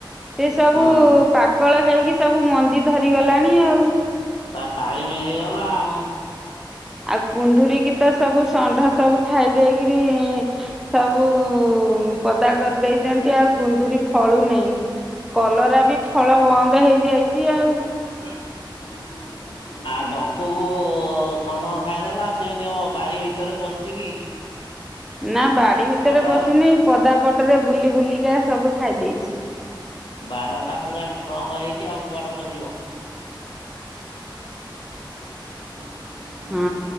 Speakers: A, in the centre; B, on the left.
A: ସେ ସବୁ
B: ହଁ
A: ପାକଳ ହେଇକି ସବୁ ମଞ୍ଜି ଧରିଗଲାଣି ଆଉ
B: ତା ଟାଇମ୍ ହେଇଗଲା ଆଉ।
A: ଆଉ କୁନ୍ଦୁରିକି ତ ସବୁ ଷଣ୍ଢ ସବୁ ଖାଇ ଦେଇକିରି ସବୁ ପଦା କରିଦେଇଛନ୍ତି ଆଉ କୁନ୍ଦୁରି ଫଳୁ ନେଇ। କଲରା ବି ଫଳ ବନ୍ଦ ହେଇଯାଇଛି ଆଉ
B: <unintelligible>
A: <unintelligible>
B: ଆଉ ଡଙ୍କୁକୁ ଷଣ୍ଢ ଖାଇଦେଲା କେମିତି ହବ ବାରି ଭିତରେ ପଶି କି
A: <unintelligible> ନା ବାଡି ଭିତରେ
B: ଷଣ୍ଢ।
A: ପଶିନି ପଦାପଟରେ ବୁଲି ବୁଲିକା ସବୁ ଖାଇ ଦେଇଛି।
B: ବାରଟା ପୁରା ଷ୍ଟ୍ରଙ୍ଗ୍ ହେଇଛି ଆଉ କୁଆଡ଼େ ପଶିବ? <unintelligible>
A: ହଁ।